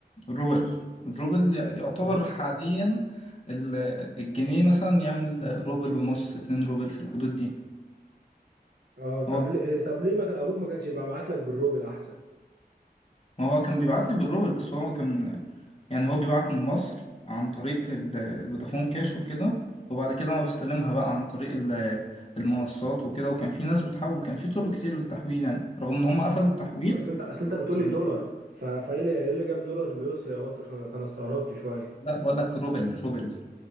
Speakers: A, on the left; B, on the right.
A: الروبل الروبل يعتبر
B: الر-
A: حاليا ال- الجنيه مثلا يعمل روبل ونص اتنين روبل في الحدود دي
B: اه طب
A: هو
B: ل- طب ليه ما كان- ابوك ما كانش يبقى بعت لك بالروبل احسن؟
A: ما هو كان بيبعت لي بالروبل بس هو كان يعني هو بيبعت من مصر عن طريق ال- فودافون كاش وكده وبعد كده انا بستلمها بقى عن طريق ال- المنصات وكده وكان في ناس بتحول كان في طرق كتير للتحويل يعني رغم ان هم قفلوا التحويل
B: اصل انت اصل انت بتقول
A: كان-
B: لي دولار ف... فايه اللي ايه اللي جاب دولار لأسر يا بطل فانا فأنا استغربت شوية
A: لا بقول لك روبل روبل